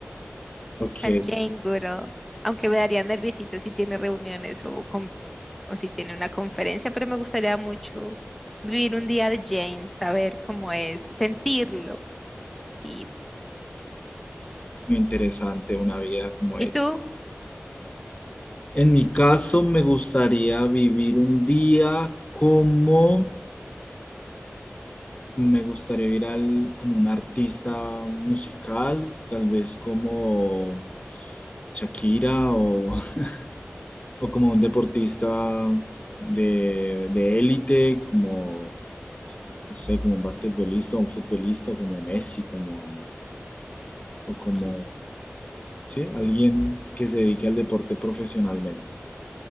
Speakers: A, on the left; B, in the centre.
A: Ok,
B: con Jane Goodall. Aunque me daría nerviosito si tiene reuniones o, con- o si tiene una conferencia, pero me gustaría mucho vivir un día de Jane, saber cómo es, sentirlo. Sí.
A: muy interesante una vida como
B: ¿Y
A: ella.
B: tú?
A: En mi caso, me gustaría vivir un día como Me gustaría ir al, como un artista musical, tal vez como Shakira o, <laughs> o como un deportista de, de élite, como, no sé, como un basquetbolista o un futbolista como Messi, como, o como,
B: Ok,
A: sí, alguien que se dedique al deporte profesionalmente.